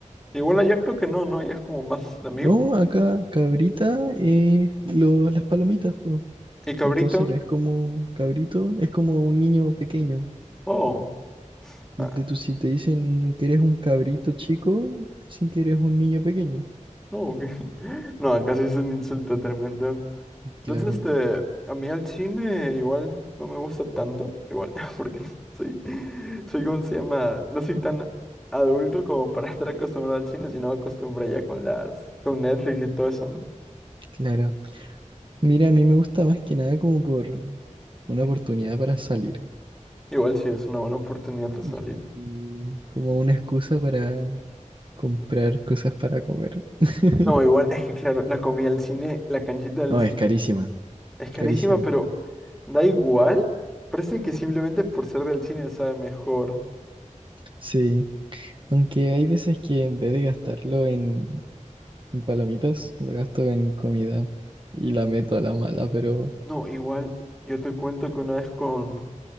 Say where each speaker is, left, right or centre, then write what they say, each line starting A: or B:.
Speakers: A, in the centre; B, on the right.
A: Igual allá creo que no, ¿no? Ya es como más de amigos.
B: No, acá cabrita es lo- las palomitas, po.
A: ¿Y cabrito?
B: Entonces no es como cabrito, es como un niño pequeño.
A: Oh,
B: Donde
A: ah,
B: tú si te dicen que eres un cabrito chico, dicen que eres un niño pequeño.
A: no, ok. <laughs> No, acá sí es un insulto tremendo. Entonces,
B: Claro.
A: este, a mí al cine igual no me gusta tanto, igual, <laughs> porque soy, soy, ¿cómo se llama? No soy tan adulto como para <laughs> estar acostumbrado al cine, sino acostumbré ya con las, con Netflix y todo eso, ¿no?
B: Claro. Mira, a mí me gusta más que nada como por una oportunidad para salir
A: Igual sí es una buena oportunidad para
B: y
A: salir.
B: como una excusa para comprar cosas para comer. <laughs>
A: No, igual, es que claro, la comida del cine, la canchita del
B: No,
A: cine.
B: es carísima,
A: Es carísima,
B: carísima.
A: pero da igual. Parece que simplemente por ser del cine sabe mejor.
B: Sí. Aunque hay veces que en vez de gastarlo en, en palomitas, lo gasto en comida y la meto a la mala, pero
A: No, igual, yo te cuento que una vez con,